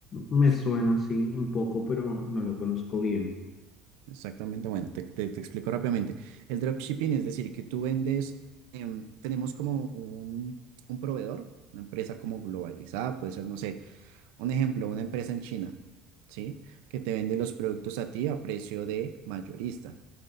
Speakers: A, on the left (about 30°); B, on the right (about 80°).
A: Me suena así un poco, pero no lo conozco bien.
B: Exactamente, bueno, te, te- te explico rápidamente. El dropshipping es decir, que tú vendes, em, tenemos como un, un proveedor, una empresa como globalizada, puede ser, no sé, un ejemplo, una empresa en China, ¿sí? Que te vende los productos a ti a precio de mayorista.